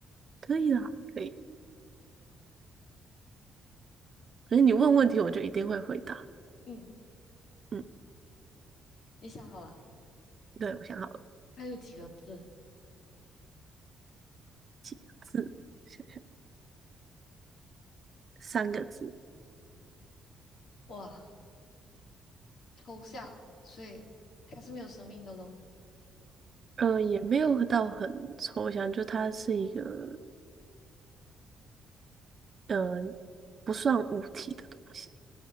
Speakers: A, on the right; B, on the left.
A: 可以啦，可以。可是你问问题，我就一定会回答。
B: 嗯，
A: 嗯，
B: 你想好了，
A: 对，我想好了，
B: 它有几个字？
A: 几个字？想想，三个字。
B: 哇，抽象，所以它是没有生命的咯，
A: 呃，也没有到很抽象，就它是一个，呃，不算物体的东西，